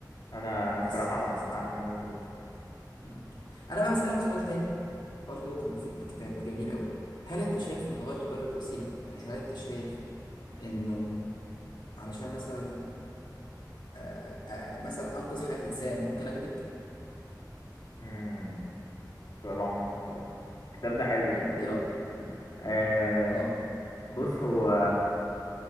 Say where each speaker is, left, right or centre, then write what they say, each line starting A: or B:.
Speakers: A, on the left; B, on the left.
A: انا انا الصراحة
B: بس ده قصدي
A: معاك في النقطة دي
B: م. أنا بقى هسألك سؤال تاني برضو كان في الكتاب جميل أوي هل أنت شايف إن الغاية تبرر الوسيلة؟ يعني هل أنت شايف إنه علشان مثلا آه، آه، مثلا أنقذ حياة إنسان ممكن أكذب؟
A: امم سؤال عميق الصراحة الكتاب ده حلو
B: م.
A: بقى قول
B: إيه رأيك؟
A: لي آه
B: أه
A: بص هو